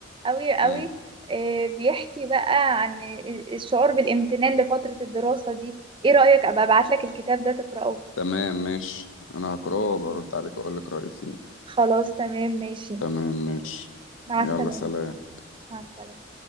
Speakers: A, on the right (about 25°); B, on the left (about 80°).
A: قوي قوي
B: مم.
A: آه، بيحكي بقى عن الشعور بالامتنان لفترة الدراسة دي إيه رأيك أبقى أبعتلك الكتاب ده تقرأه
B: تمام ماشي أنا هقراه وبرد عليك أقول لك رأيي فيه
A: خلاص تمام ماشي
B: تمام ماشي
A: مع
B: يلا
A: السلامة
B: سلام
A: مع السلامة